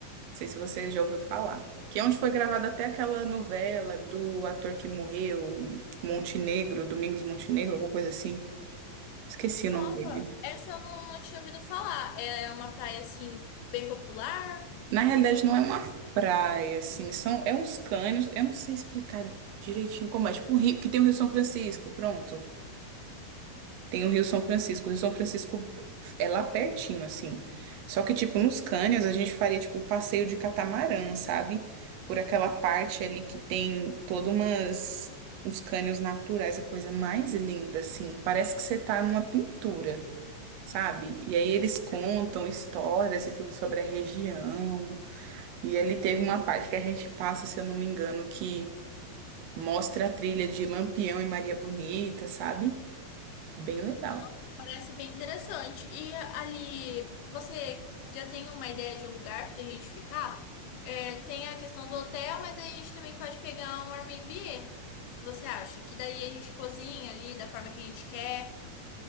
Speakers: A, on the right (about 75°); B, on the left (about 80°).
A: sei se você já ouviu falar. Que é onde foi gravada até aquela novela do ator que morreu, Montenegro, Domingos Montenegro, alguma coisa assim. Esqueci
B: Nossa,
A: o nome dele.
B: essa eu não, não tinha ouvido falar. É uma praia assim, bem popular.
A: Na realidade, não é uma praia, assim, são, é uns cânions, eu não sei explicar direitinho como é, tipo um rio, que tem o Rio São Francisco, pronto. Tem o Rio São Francisco. O Rio São Francisco é lá pertinho, assim. Só que, tipo, nos cânions a gente faria, tipo, o passeio de catamarã, sabe? Por aquela parte ali que tem todas umas... uns cânions naturais, a coisa mais linda, assim. Parece que você tá numa pintura, sabe? E aí eles contam histórias e tudo sobre a região. E ali teve uma parte que a gente passa, se eu não me engano, que mostra a trilha de Lampião e Maria Bonita, sabe? Bem legal.
B: Nossa, parece bem interessante. E ali, você já tem uma ideia de um lugar pra gente ficar? É, tem a questão do hotel, mas aí a gente também pode pegar um Airbnb. O que você acha? Que daí a gente cozinha ali da forma que a gente quer.